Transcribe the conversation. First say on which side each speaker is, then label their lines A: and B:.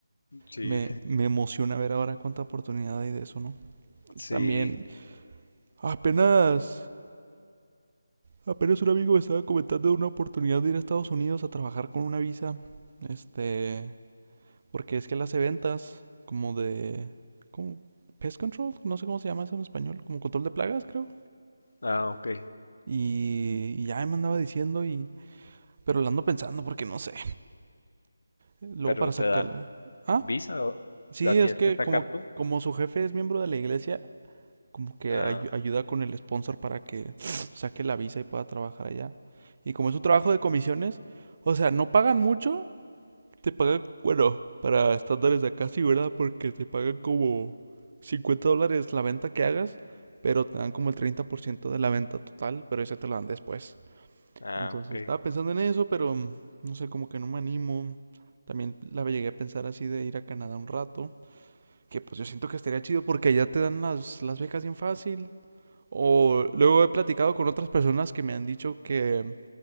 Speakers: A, on the left; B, on the right.
A: Sí.
B: me, me emociona ver ahora cuánta oportunidad hay de eso, ¿no?
A: Sí,
B: También, apenas, apenas un amigo me estaba comentando de una oportunidad de ir a Estados Unidos a trabajar con una visa. Este, porque es que él hace ventas como de, como pest control, no sé cómo se llama eso en español, como control de plagas, creo.
A: ah, ok,
B: Y, y ya me andaba diciendo y, pero la ando pensando porque no sé. Luego
A: pero
B: para
A: te
B: sacarla.
A: dan
B: ¿Ah?
A: visa o
B: Sí,
A: la tienes
B: es que
A: que sacar
B: como,
A: tú.
B: como su jefe es miembro de la iglesia, como que
A: Ah,
B: ayu- ayuda con el sponsor para que saque la visa y pueda trabajar allá. Y como es un trabajo de comisiones, o sea, no pagan mucho, te pagan, bueno, para estándares de acá sí, ¿verdad? Porque te pagan como 50 dólares la venta que hagas, pero te dan como el 30% de la venta total, pero ese te lo dan después.
A: ah,
B: Entonces
A: ok.
B: estaba pensando en eso, pero mm, no sé, como que no me animo. También la llegué a pensar así de ir a Canadá un rato. Que pues yo siento que estaría chido porque allá te dan las, las becas bien fácil. O luego he platicado con otras personas que me han dicho que,